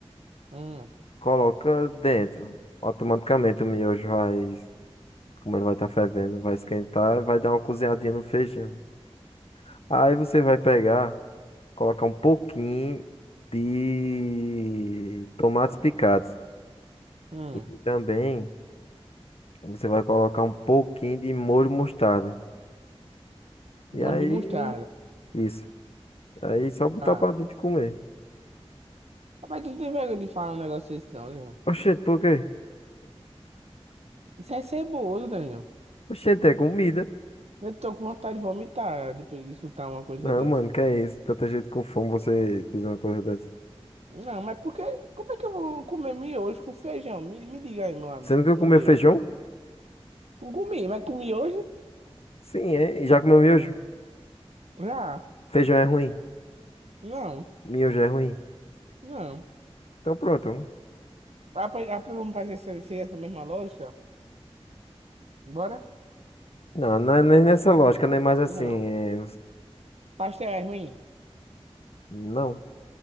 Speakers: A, on the right; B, on the left.
A: Hum,
B: Coloca dentro. Automaticamente o miojo vai, como ele vai estar fervendo, vai esquentar, e vai dar uma cozinhadinha no feijão. Aí você vai pegar, colocar um pouquinho de tomates picados
A: hum.
B: e também você vai colocar um pouquinho de molho mostarda. E aí,
A: Molho de mostarda.
B: isso. Aí só botar
A: Tá.
B: pra dentro e comer.
A: Rapaz, tu não tem vergonha de falar um negócio desse não, Leon.
B: Oxente, por quê?
A: Isso é ceboso, Daniel.
B: Oxente, é comida.
A: Eu tô com vontade de vomitar depois de escutar uma coisa
B: Não,
A: dessa.
B: mano, que é isso? Tanta gente com fome, você diz uma coisa dessa.
A: Não, mas porque... Como é que eu vou comer miojo com feijão? Me, me diga aí, meu amigo,
B: Você nunca
A: me
B: comeu
A: diga.
B: feijão?
A: Eu Comi, mas comi hoje?
B: Sim, é. E já comeu miojo?
A: Já.
B: Feijão é ruim.
A: Não,
B: Miojo é ruim.
A: não.
B: Então pronto.
A: Ah, pois- ah, pois vamos fazer essa, seguir essa mesma lógica? Bora?
B: Não, não é nem nessa lógica, nem mais assim.
A: Não.
B: é,
A: Pastel é ruim?
B: Não.